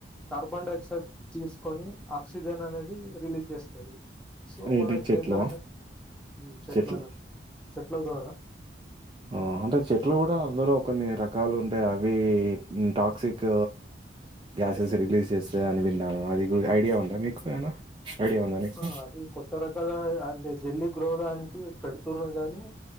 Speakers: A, in the centre; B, on the right (about 25°).
A: కార్బన్ డైఆక్సైడ్ తీసుకొని ఆక్సిజన్ అనేది రిలీజ్ చేస్ సో
B: ఏంటి
A: మనకేందంటే
B: చెట్లువా
A: చెట్లను
B: చెట్లు
A: చెట్ల ద్వారా
B: ఉమ్ అంటే చెట్లు కూడా అందులో కొన్ని రకాలు ఉంటాయి అవి టాక్సిక్ గ్యాసెస్ రిలీజ్ చేస్తాది అని విన్నాను అది ఐడియా ఉందా మీకు ఏమైనా ఐడియా ఉందా నీకు?
A: ఆ అది కొత్త రకాల అంటే జల్లి గ్రోగానికి త్వరగానే